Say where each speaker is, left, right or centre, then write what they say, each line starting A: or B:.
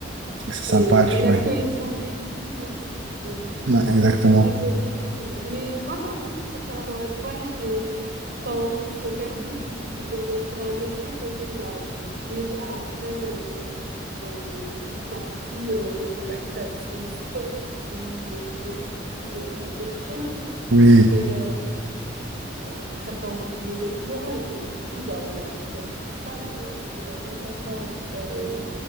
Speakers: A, on the right; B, on the right.
A: C'est que c'est sympa.
B: C'est
A: Tu...
B: c'est de la
A: ouais.
B: cohésion d'équipe et tout, de
A: Ouais, exactement.
B: C'était des bons souvenirs. Mais moi, par contre, contrairement à toi, j'ai, enfin, on s'est perdu de vue, tu vois, au fur et à mesure, parce que bah, déjà après, on a, enfin, on est tous partis euh, de la classe euh, sport, donc on est, on est partis euh, faire d'autres choses.
A: Oui.
B: Mais euh, enfin, certains ont continué, d'autres non, et, et du coup, bah, on a un peu perdu ça. Mais euh, c'était vraiment sympa, en tout cas, euh,